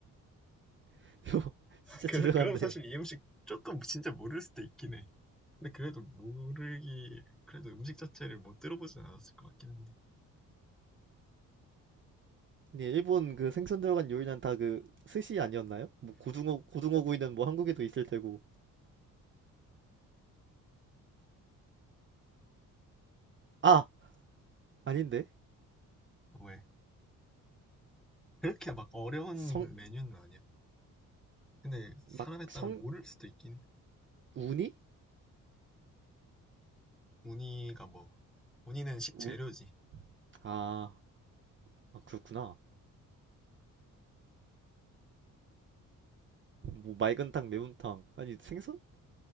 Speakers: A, on the right; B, in the centre.
A: <laughs> 저 진짜
B: 그
A: 죄송한데.
B: 그, <laughs> 그럼 사실 이 음식 조금 진짜 모를 수도 있긴 해. 근데 그래도 모르기, 그래도 음식 자체를 못 들어보진 않았을 것 같긴 한데.
A: 근데 일본 그 생선 들어간 요리는 다 그 스시 아니었나요? 뭐 고등어 고등어 구이는 뭐 한국에도 있을 테고. 아, 아닌데.
B: 왜? 그렇게 막 어려운
A: 성
B: 메뉴는 아니야. 근데 사람에
A: 막성
B: 따라 모를 수도 있긴 해.
A: 우니?
B: 우니가 뭐, 우니는 식재료지.
A: 운 아, 아 그렇구나. 뭐 맑은탕, 매운탕. 아니 생선?